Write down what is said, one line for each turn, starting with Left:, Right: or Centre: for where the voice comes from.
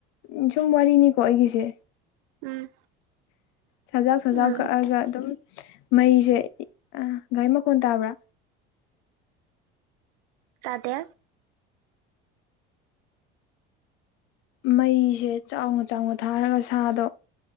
Left: ꯎꯝ ꯁꯨꯝ ꯋꯥꯔꯤꯅꯤꯀꯣ ꯑꯩꯒꯤꯁꯦ
Right: ꯎꯝ
Left: ꯁꯖꯥꯎ ꯁꯖꯥꯎ
Right: ꯎꯝ
Left: ꯀꯛꯑꯒ ꯑꯗꯨꯝ ꯃꯩꯁꯦ ꯒꯥꯔꯤ ꯃꯈꯣꯟ ꯇꯥꯕ꯭ꯔꯥ
Right: ꯇꯗꯦ
Left: ꯃꯩꯁꯦ ꯆꯥꯎꯅ ꯆꯥꯎꯅ ꯊꯥꯔꯒ ꯁꯥꯗꯣ